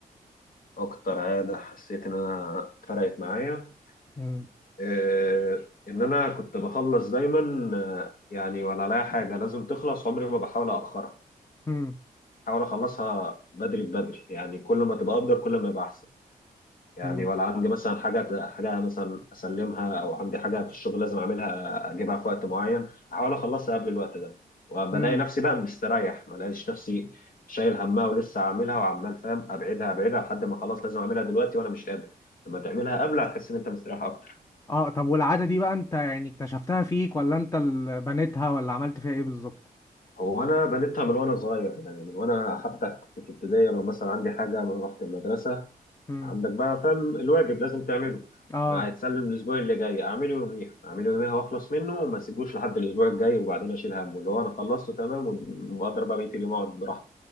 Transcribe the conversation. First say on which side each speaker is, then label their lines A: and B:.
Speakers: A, on the left (about 60°); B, on the left (about 20°).
A: اكتر عاده حسيت ان انا فرقت معايا
B: امم
A: إيه ان انا كنت بخلص دايما آه، يعني ولا عليا حاجه لازم تخلص عمري ما بحاول اخرها
B: امم
A: احاول اخلصها بدري بدري يعني كل ما تبقى افضل كل ما يبقى احسن يعني
B: امم
A: ولا عندي مثلا حاجه حاجه مثلا اسلمها او عندي حاجه في الشغل لازم اعملها اجيبها في وقت معين احاول اخلصها قبل الوقت ده وبلاقي
B: امم
A: نفسي بقى مستريح ما الاقيش نفسي شايل همها ولسه عاملها وعمال فاهم ابعدها ابعدها لحد ما خلاص لازم اعملها دلوقتي وانا مش قادر لما تعملها قبل هتحس ان انت مستريح اكتر
B: اه طب والعادة دي بقى انت يعني اكتشفتها فيك ولا انت اللي بنيتها ولا عملت فيها ايه بالظبط
A: هو انا بنيتها من وانا صغير يعني من وانا حتى كنت في ابتدائي لو مثلا عندي حاجه لما رحت المدرسه
B: امم
A: عندك بقى فاهم الواجب لازم تعمله
B: اه
A: ما هيتسلم الاسبوع اللي جاي اعمله يوميها اعمله يوميها واخلص منه وما اسيبوش لحد الاسبوع الجاي وبعدين اشيل همه اللي هو انا خلصته تمام واقدر بقى بقيه اليوم اقعد براحتي